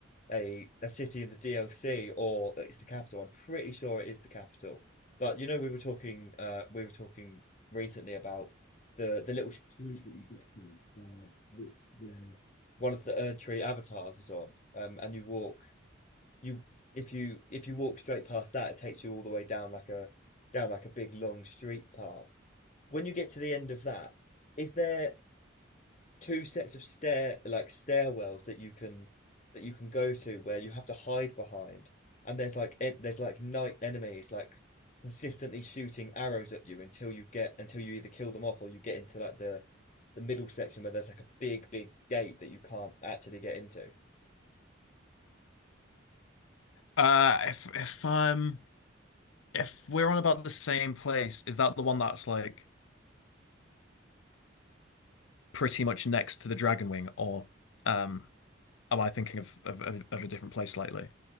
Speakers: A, on the left (about 35°); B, on the left (about 75°).
A: a a city in the DLC or it's the capital. I'm pretty sure it is the capital. But you know, we were talking uh we were talking recently about the the little street that you get to, uh, which the one of the Erdtree avatars is on. Um, and you walk you if you if you walk straight past that, it takes you all the way down like a down like a big long street path. When you get to the end of that, is there two sets of stair like stairwells that you can that you can go to where you have to hide behind, and there's like en there's like night enemies like consistently shooting arrows at you until you get until you either kill them off or you get into like the the middle section where there's like a big big gate that you can't actually get into.
B: Uh, if if um if we're on about the same place, is that the one that's like pretty much next to the Dragon Wing, or um am I thinking of of, of of a different place slightly?